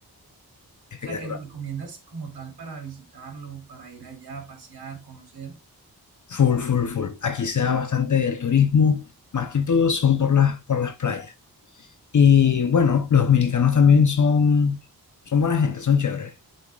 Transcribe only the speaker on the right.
O sea, que lo recomiendas como tal para visitarlo, para ir allá, a pasear, conocer.